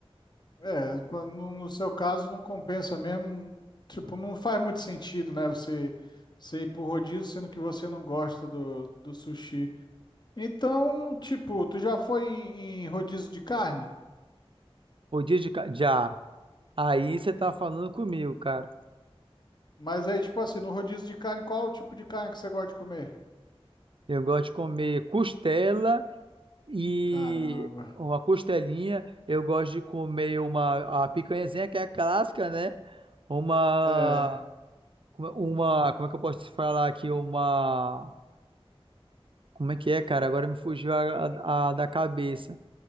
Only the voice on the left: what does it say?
É, quando- no no seu caso não compensa mesmo, tipo, não faz muito sentido, né? Você, você ir pro rodízio sendo que você não gosta do, do sushi. Então, tipo, tu já foi em, em rodízio de carne?
Sim.
Mas aí, tipo assim, no rodízio de carne, qual o tipo de carne que você gosta de comer?
Caramba.
É,